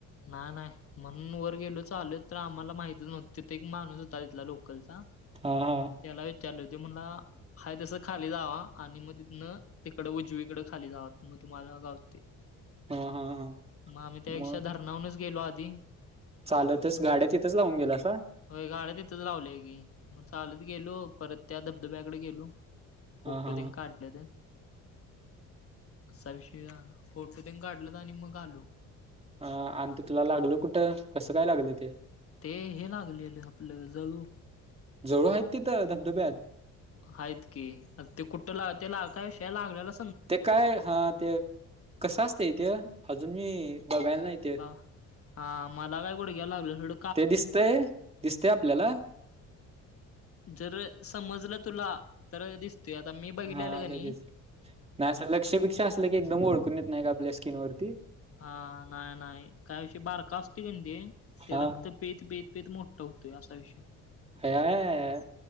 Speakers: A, on the left; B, on the right.
A: नाही नाही म्हणून वर गेलो चालत तर आम्हाला माहितच नव्हत तिथं एक माणूस होता तिथला लोकलचा
B: हां हां
A: त्याला विचारलो तो म्हणला आहे तसं खाली जावा आणि मग तिथनं तिकडं उजवीकडे खाली जावा मग तुम्हाला गावतंय
B: हा हा हा
A: मग आम्ही
B: मग
A: त्या धरणावरूनच गेलो आधी
B: चालतच गाड्यात तिथं लावून गेला अस
A: हो गाड्या तिथंच लावल्या की मग चालत गेलो परत त्या धबधब्याकडे गेलो. फोटो
B: हा हा
A: तेन काढलं. असा विषय झाला ना, फोटो दे काढल तर आणि मग आलो.
B: अ आणि ते तुला लागल कुठं कसं काय लागलं ते,,
A: ते हे लागलेले आपल्या जळू,
B: जळू आहेत तिथं धबधब्यात,,
A: आहेत की ते कुठं ला ते कायश लागल्याला-
B: ते काय हा ते कसं असत इथे अजून मी बघायला नाही ते,,
A: बा हा मला काय गुड घ्याला लागलड
B: ते दिसतय दिसतय आपल्याला-
A: जर समजलं तुला तर दिसतोय आता मी बघले
B: हा
A: आलं ग
B: लगेच
A: नाही
B: नाही असं लक्षबिक्ष असलं की एकदम ओळखून येत नाही का आपल्या स्किन वरती
A: हा नाही नाही का विषय बारका असते का ते ते
B: हा
A: रक्त पित पित पित मोठा होतोय असा विषय
B: अया अया